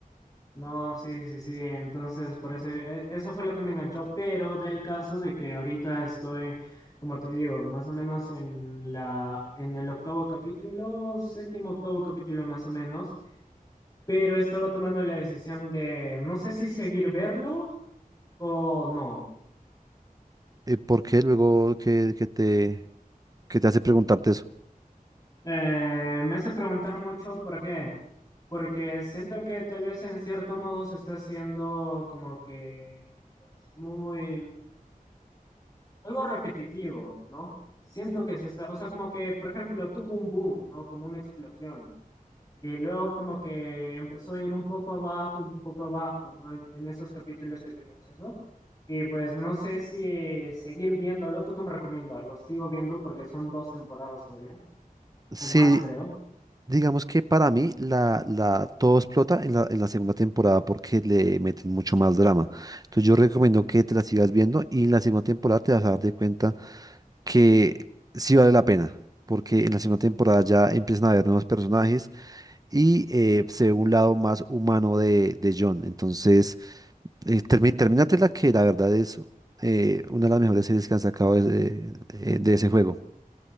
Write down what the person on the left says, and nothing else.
No, sí, sí, sí. Entonces, por eso, e- eso fue lo que me enganchó, pero del caso de que ahorita estoy, como te digo, más o menos en la, en el octavo capítulo, séptimo, octavo capítulo más o menos, pero estaba tomando la decisión de no sé si seguir verlo o no.
Eh, me hace preguntar mucho por qué, porque siento que tal vez en cierto modo se está haciendo como que, pues, muy algo repetitivo, ¿no? Siento que se está, o sea, como que, por ejemplo, tuvo un boom, ¿no? Como una explosión. Y luego como que empezó a ir un poco abajo, un poco abajo, ¿no? En, en esos capítulos que te menciono. Y pues no sé si seguir viéndolo. ¿Tú qué me recomiendas? Lo sigo viendo porque son dos temporadas todavía,
o más creo.
No.